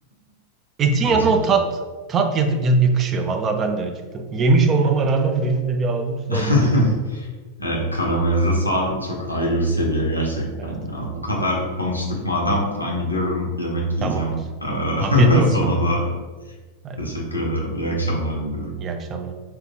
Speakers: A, on the right; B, on the left.
A: etin
B: Acıktım.
A: yanına o tat tat yatı- ya- yakışıyor. Vallahi ben de acıktım. Yemiş olmama rağmen benim de bir ağzım sulanmadı
B: <laughs>
A: değil.
B: Evet, karamelize soğan çok ayrı bir seviye gerçekten
A: Evet,
B: ya. Bu kadar konuştuk madem ben gidiyorum yemek
A: tamamdır.
B: yiyeceğim. Ee,
A: Afiyet olsun.
B: <laughs> Sana da
A: Bay
B: teşekkür
A: bay.
B: ederim. İyi akşamlar diliyorum.
A: İyi akşamlar.